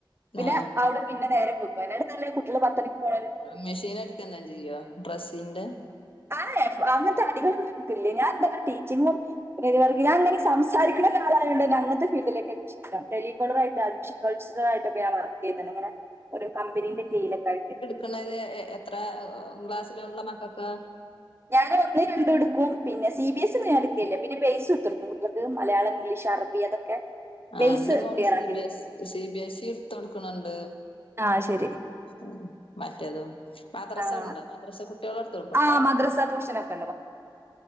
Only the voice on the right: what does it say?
പിന്നെ
അവ്ടിം പിന്നെ നേരം വെകും. അയ്നാട്ടിം നല്ലത് കുട്ടികള് പത്തണിക്ക് പോണേ <unintelligible>
അഏഹ് അങ്ങൻത്തെ അടികളൊന്നും ഇൻക്കില്ലേ. ഞാൻ എന്താ പർയാ ടീച്ചിങ്ങും <unintelligible> വർക്ക്. ഞാൻങ്ങനെ സംസാരിക്ക്ണ ഒരാളായോണ്ടന്നെ അങ്ങത്തെ ഫീഡിലേക്കെക്കെഷ് ടം. ടെലികോളറായിട്ട് അഡ്മിഷൻ കൾചറലായിട്ടൊക്ക ഞാൻ വർ ക്കെയ്ത്ണ്. ഇങ്ങനെ ഓരോ കമ്പനിന്റെ കീഴിലൊക്കായിട്ട്.
ഞാൻ ഒന്ന് രണ്ടും ഇട്ക്കും. പിന്നെ സി ബി എസ് ഇ ഒന്നും ഞാൻ ട്ക്കേല്ലേ. പിന്നെ ബേസ് ഇട്ത്തൊടുക്കും കുട്ട്യെൾക്ക് മലയാളം ഇംഗ്ലീഷ് അറബി അതൊക്കെ.
ബേസ്
ക്ലിയർ
ആക്കി
കൊടുക്കും
ആഹ് ശരി
ആഹ്
ആഹ് മദ്രസ ട്യൂഷനൊക്കെ